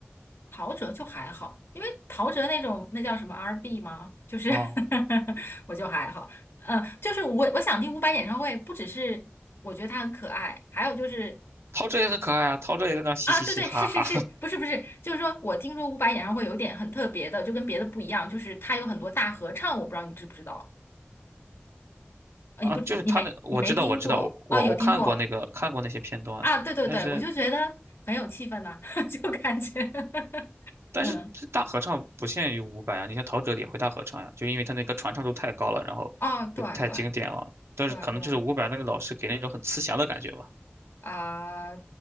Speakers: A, on the left; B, on the right.
A: 陶喆就还好，因为陶喆那种那叫什么 R&B 吗？就是
B: 啊、
A: <laughs> 我就还好。嗯，就是我我想听伍佰演唱会，不只是我觉得他很可爱，还有就是
B: 陶喆也很可爱啊，陶喆也在那儿嘻嘻嘻哈哈
A: 啊，对对，是是是，不是不是，就是说我听说伍佰演唱会有点很特别的，就跟别的不一样，就是他有很多大合唱，我不知道你知不知道。
B: <laughs>
A: 呃，
B: 啊，
A: 你不，
B: 就是他那我知道我知道我我我看过那个看过那些片段，
A: 你没，你没听过哦？有听过啊，对对对，
B: 但是
A: 我就觉得很有气氛呐、<laughs> 就感觉 <laughs>
B: 但是这大合唱不限于伍佰啊，
A: 嗯，
B: 你像陶喆也会大合唱呀、就因为他那个传唱度太高了，然后就太经典了。
A: 哦，对对
B: 但是可能就是伍佰那个老师给那种很慈祥的感觉吧。
A: 对对啊、